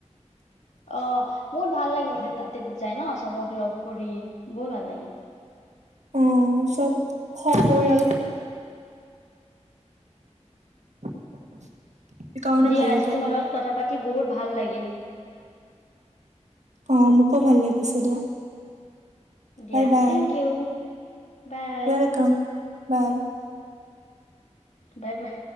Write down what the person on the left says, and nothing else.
অ' বহুত ভাল লাগে মানে তাতে যায় ন চবক লগ কৰি বহুত ভাল লাগে।
দিয়া
আজি
তোমাৰ
লগত কথা পাত তি বহুত ভাল লাগ গিল
দিয়া
thank you bye
bye বাহ